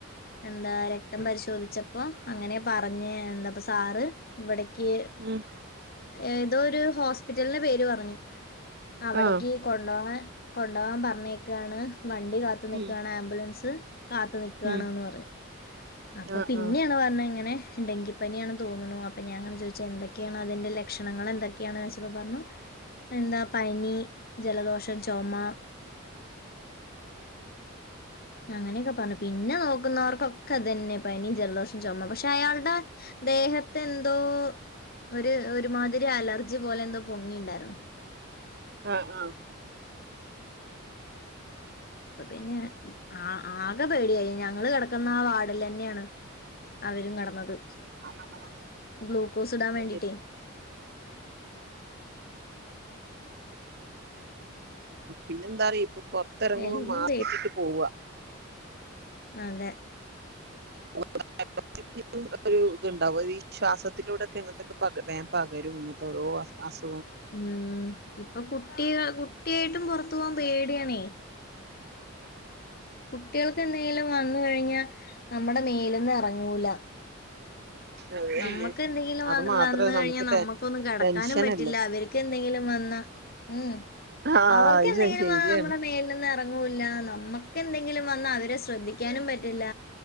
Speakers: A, on the left; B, on the right.
A: എന്താര രക്തം പരിശോധിച്ചപ്പോ അങ്ങനെ പറഞ്ഞ് എന്താ അപ്പസാറ് ഇവിടക്ക്
B: ഉം
A: ഏതോ ഒരു ഹോസ്പിറ്റലിന്റെ പേര് പറഞ്ഞു. അവടക്ക്
B: ആഹ്
A: കൊണ്ടോവാൻ കൊണ്ടോവാൻ പർ പറഞേക്കാണ് വണ്ടി കാത്ത് ന്നിക്കാണ്
B: ഉം
A: ആംബുലൻസ് കാത്ത്ന്നിക്കാണ്ന്ന്
B: ഉം
A: പറഞ് ആ
B: ആഹ്
A: പിന്നെണ്
B: ആഹ്
A: പറഞ്ഞ് ഇങ്ങനെ ഡെങ്കിപ്പനിയാണ് തോന്നുണു അപ്പ ഞാനിങ്ങനെ ചോയ്ച്ചെ എന്തൊക്കെയാണ് അതിൻ്റെ ലക്ഷണങ്ങൾ എന്തൊക്കെ ക്കെയാണ് ചോയ്ച്ചപ്പ പർണു എന്താ പനി ജലദോഷം ചൊമ അങ്ങനയൊക്കെ പറഞ്ഞു പിന്നെ നോക്കുന്നവർക്കൊക്കെ അതന്നെ പനി ജലദോഷം ചൊമ പക്ഷെ അയാൾടെ ദേഹത്തെന്തോ ഒര് ഒരുമാതിരി അലർജി പോലെ എന്തോ പൊങ്ങിണ്ടാര്ന്നു
B: ആഹ ആ
A: അപ്പ പിന്നെ ആ ആകെ പേടിയായി ഞങ്ങള് കെടക്കുന്ന ആ വാഡിലെന്നെണ് അവരും കടന്നത്
B: ആഹ് ആഹ്
A: ഗ്ലൂക്കോസ് ഇടാൻ
B: അത്
A: വേണ്ടിട്ടേ
B: ശരി പിന്നെന്താറിയോ ഇപ്പ പൊറത്തിറങ്ങുമ്പോ
A: എല്ലാം
B: മാസ്ക് ഇട്ടിട്ട് പോവാ
A: ആതെ
B: <unintelligible> <unintelligible> ഒരു ഇത്ണ്ടാവും ഈ ശ്വാസത്തിലൂടെക്കെ അങ്ങനത്തൊക്കെ പക വേൻ പകരും ഇങ്ങൻത്തെ രോ അസു-
A: ഉം ഇപ്പൊ കുട്ടിക കുട്ടിയായിട്ടും പുറത്തു പോവാാൻ പേടിയണേ കുട്ടികൾക്ക് എന്തേലും വന്ന കഴിഞ്ഞാ നമ്മുടെ മേലന്ന ഇറങ്ങൂല
B: അത് തന്നെ
A: നമുക്ക് എന്തെങ്കിലും
B: അത് മാത്രമേ
A: വന്ന കഴിഞ്ഞാൽ
B: നമുക്ക്
A: നമുക്കൊന്നും
B: ടെൻ
A: കിടക്കാനും
B: ടെൻഷനല്ലേ
A: പറ്റില്ല അവർക്ക് എന്തെങ്കിലും വന്ന ഉ
B: ആഹ്
A: അവർക്ക്
B: അത്
A: എന്തെങ്കിലും
B: ശ ശരിയാണ്
A: ആ നമ്മുടെ മേലൊന്ന ഇറങ്ങല്ല നമ്മക്ക് എന്തെങ്കിലും വന്നാ അവരെ ശ്രദ്ധിക്കാനും പറ്റില്ല